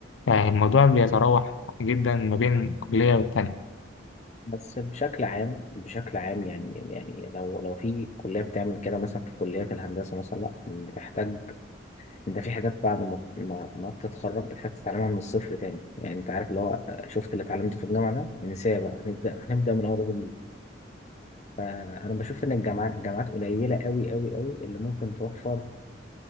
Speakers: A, on the left; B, on the left.
A: يعني الموضوع بيتراوح جدا ما بين كلية والتانية
B: بس بشكل عام بشكل عام يعني يعني لو لو في كلية بتعمل كده مثلا في كليات الهندسة مثلا لا بتحتاج انت في حاجات بعد ما ما, ما بتتخرج بتحتاج تتعلمها من الصفر تاني يعني انت عارف اللي هو آه، شفت اللي اتعلمته في الجامعه ده ننساه بقى هنبدا هنبدا من اول وجديد فانا بشوف ان الجامعات الجامعات قليله قوي قوي قوي اللي ممكن توفر